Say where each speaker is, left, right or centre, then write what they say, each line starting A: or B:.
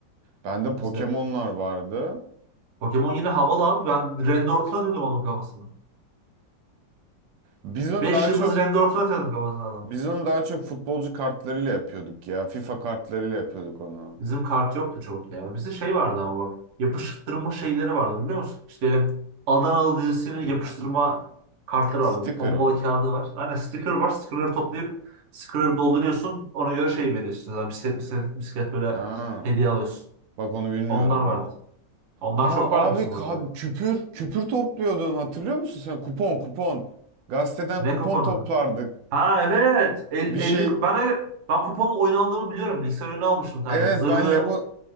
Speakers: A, on the right; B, on the right.
A: Bende Pokemon'lar
B: bizde.
A: vardı.
B: Pokemon yine havalı abi. Ben Randy Orton atıyordum onun kafasına.
A: Biz onu
B: 5
A: daha
B: yıldız
A: çok
B: Randy Orton atıyordum kafasına adam.
A: biz onu daha çok futbolcu kartlarıyla yapıyorduk ya. FIFA kartlarıyla yapıyorduk onu.
B: Bizim kart yoktu çok ya. Bizde şey vardı ama bak. Yapıştırma şeyleri vardı biliyor musun? İşte Adanalı dizisinin yapıştırma kartları
A: Sticker
B: vardı. Tombala
A: mı?
B: kağıdı var. Aynen sticker var. Stickerları toplayıp stickerları dolduruyorsun. Ona göre şey veriyorsun. Yani bisiklet, bisiklet, bisiklet böyle
A: Ha.
B: hediye alıyorsun.
A: Bak onu bilmiyorum.
B: Onlar vardı.
A: O
B: Onlar
A: Aa
B: çok vardı
A: abi
B: bizim
A: ka-
B: burada.
A: küpür küpür topluyordun hatırlıyor musun sen? Kupon kupon. Gazeteden
B: Ne
A: kupon
B: kapanın
A: toplardık.
B: Ha evet. 50,
A: Bir şey
B: 50 ben öyle, ben kuponla oyun aldığımı biliyorum. Bilgisayar oyunu almıştım bir tane.
A: evet
B: Zırhlı
A: ben Lego